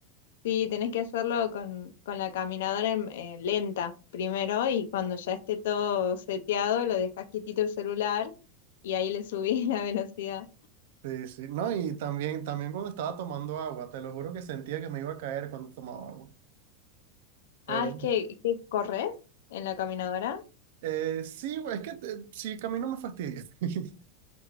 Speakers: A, on the left; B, on the right.
A: Sí, tenés que hacerlo con, con la caminadora en- eh, lenta primero y cuando ya esté todo seteado lo dejas quietito el celular y ahí le subís <laughs> la velocidad.
B: Sí, sí. No, y también, también cuando estaba tomando agua, te lo juro que sentía que me iba a caer cuando tomaba agua. Pero
A: Ah, es que, que corres en la caminadora.
B: eh, sí, es que eh, sí, camino me fastidia. <laughs>